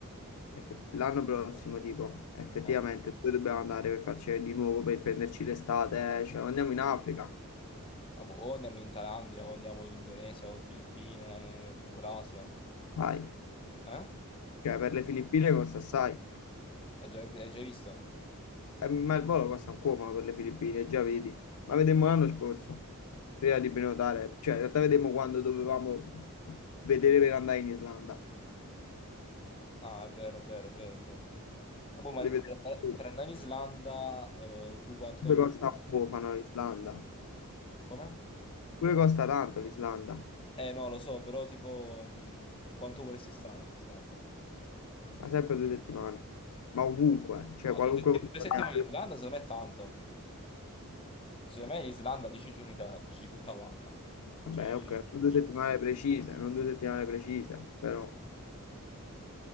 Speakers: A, on the left; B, on the left.
A: effe- l'anno prossimo tipo, effettivamente
B: Eh.
A: dove dobbiamo andare per farci di nuovo per prenderci l'estate? eh? Cioè andiamo in Africa.
B: Ah, boh, o andiamo in Thailandia, o andiamo in Indonesia, o Filippine, comunque l'Asia.
A: Vai.
B: Eh?
A: Cioè, per le Filippine costa assai.
B: Hai già, hai già visto?
A: Eh, ma il volo costa un cuofano per le Filippine, già vedi. Ma vedemmo l'anno scorso, prima di prenotare. Cioè, in realtà vedemmo quando dovevamo vedere per andare in Islanda.
B: Ah, è vero, è vero, è vero, è vero. Ah, boh, ma
A: Le vedemmo
B: per andare
A: tutte.
B: per andare in Islanda, eh, tu quanto
A: pure
B: tempo...
A: costa un cuofano l'Islanda.
B: Come?
A: Pure costa tanto l'Islanda.
B: Eh, no, lo so, però tipo... mh, quanto vorresti stare in Islanda?
A: Ma sempre due settimane. Ma ovunque, cioè
B: Ma
A: qualunque
B: due, setti-
A: posto
B: due settimane
A: andiamo.
B: in Islanda, secondo me è tanto. Secondo me l'Islanda, dieci giorni te la dici tutta quanta.
A: Vabbè,
B: Cioè...
A: ok,
B: te-
A: non due settimane precise, non due settimane precise, però...